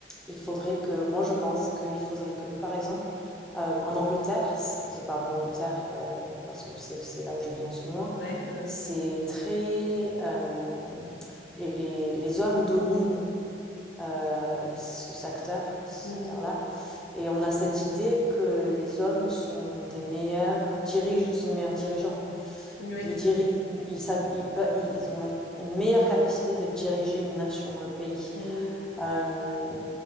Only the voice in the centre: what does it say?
il faudrait que moi je pense qu'il faudrait que par exemple, hem, en Angleterre, je parle de l'Angleterre, heu, parce que c'est c'est là où je vis en ce moment.
C'est très, hem, les les les hommes dominent, heu, ce secteur ce
secteur-là et on a cette idée que les hommes sont des meilleurs dirige sont des meilleurs dirigeants.
Ils dirigent, ils savent ils pe ils ont la une meilleure capacité de diriger une nation, un pays.
Hem